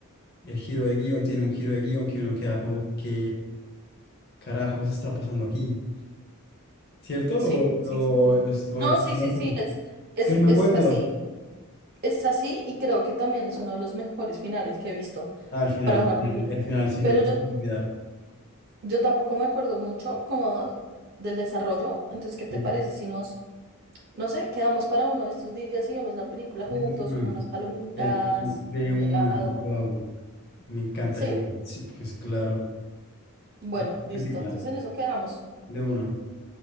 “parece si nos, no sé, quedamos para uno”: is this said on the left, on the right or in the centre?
Right